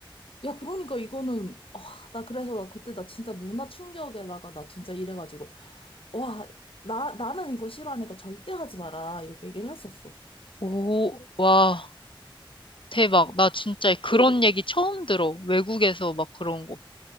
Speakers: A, on the left (about 85°); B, on the left (about 70°).
A: 야, 그러니까 이거는, 아, 나 그래서 나 그때 나 진짜 문화 충격에다가 나 진짜 이래가지고. 와, 나, 나는 이거 싫어하니까 절대 하지 마라. 이렇게 얘기를 했었어.
B: 오, 와, 대박. 나 진짜 그런
A: 오,
B: 얘기 처음 들어. 외국에서 막 그런 거.